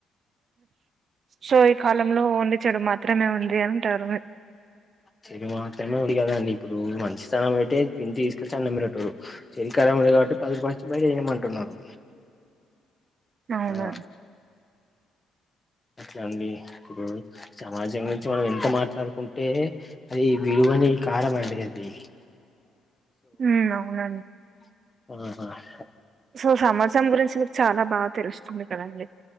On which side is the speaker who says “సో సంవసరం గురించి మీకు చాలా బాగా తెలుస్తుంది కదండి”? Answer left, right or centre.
Right